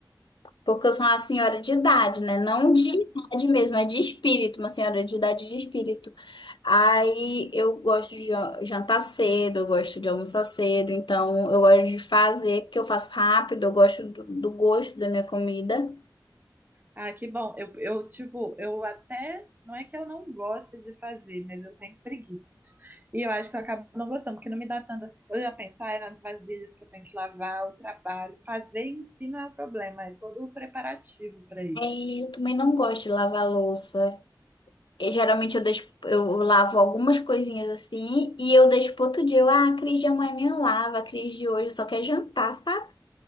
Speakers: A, on the left; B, on the right.
A: porque eu sou uma senhora de idade, né? Não de idade mesmo, é de espírito, uma senhora de idade de espírito. Aí eu gosto de jan- jantar cedo, eu gosto de almoçar cedo, então eu gosto de fazer, porque eu faço rápido, eu gosto do, do gosto da minha comida.
B: Ah, que bom. Eu, eu, tipo, eu até. Não é que eu não goste de fazer, mas eu tenho preguiça. E eu acho que eu acabo não gostando, porque não me dá tanta. Eu já penso, ah, é nas vasilhas que eu tenho que lavar, o trabalho. Fazer em si não é o problema, é todo o preparativo para isso.
A: E eu também não gosto de lavar louça. Eu, geralmente eu deixo, eu lavo algumas coisinhas assim e eu deixo pro outro dia. Eu, ah, a Cris de amanhã lava, a Cris de hoje só quer jantar, sabe?